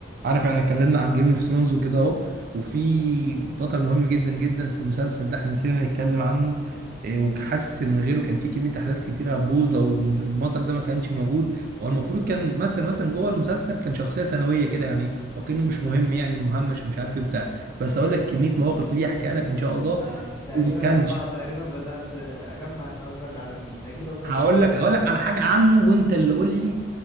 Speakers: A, on the right; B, on the left.
A: عارف احنا اتكلمنا عن جيم اوف ثرونز وكده اهو وفي بطل مهم جدا جدا في المسلسل ده احنا نسينا نتكلم عنه إيه، وحاسس ان من غيره كان في كميه احداث كتيره هتبوظ لو البطل ده ما كانش موجود هو المفروض كان مثلا مثلا جوه المسلسل كان شخصيه ثانويه كده يعني وكانه مش مهم يعني ومهمش ومش عارف ايه بتاع بس اقول لك كميه مواقف ليه احكيها لك ان شاء الله
B: آه تقريبا
A: كان
B: اه تقريبا بدأت آه، اجمع انت قصدك على مين انت اكيد قصدك
A: هقول
B: على سيم
A: لك
B: وورتر
A: هقول لك على حاجه عنه وانت اللي قول لي